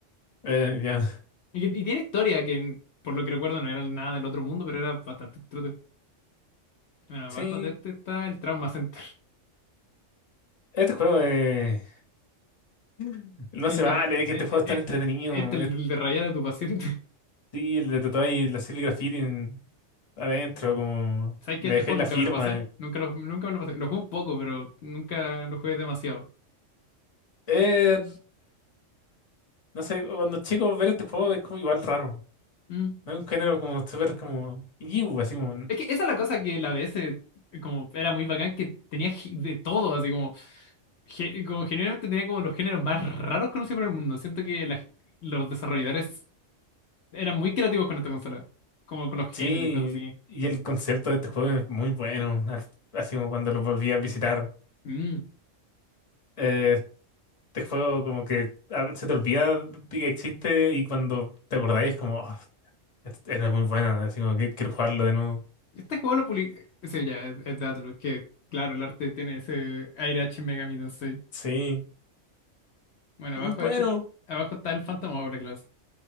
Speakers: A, on the left; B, on the left.
A: Eh, ya.
B: Y, y tiene historia que, por lo que recuerdo, no era nada del otro mundo, pero era bastante trote. Bueno, abajo
A: Sí,
B: de este está el Trauma Center,
A: este juego eh, <laughs> no
B: el
A: se vale,
B: de,
A: es que
B: el,
A: este juego
B: el-
A: es
B: el-
A: tan entretenido.
B: este, el
A: Es,
B: de rayar a tu paciente.
A: y le tatuáis la Silly Graffiti. adentro, como
B: ¿Sabes
A: le
B: que Este
A: dejáis
B: juego
A: la
B: nunca
A: firma.
B: me lo pasé. Nunca lo, nunca me lo pasé. Lo jugué un poco, pero nunca lo jugué demasiado.
A: Eh, no sé, cuando chicos ver este juego es como igual raro,
B: Mm.
A: ¿no? Un género como súper como, "Iu", así como,
B: Es que esa es la cosa que la DS como era muy bacán, que tenía gi- de todo, así como, ge- como generalmente tenía como los géneros más raros conocidos por el mundo. Siento que la- los desarrolladores eran muy creativos con esta consola, como con los géneros
A: sí,
B: y cosas así.
A: y el concepto de este juego es muy bueno, al- así como cuando lo volví a visitar.
B: Mm.
A: Eh, este juego como que a- se te olvida de que existe y cuando te acordáis es como, "Oh, es- era muy bueno, así como que quiero jugarlo de nuevo.
B: Este juego lo publicó... Sí, ya, es, es de Atlus, que claro, el arte tiene ese aire H Megami Tensei.
A: Sí,
B: Bueno,
A: es
B: abajo
A: muy bueno.
B: de este, abajo está el Phantom Hourglass.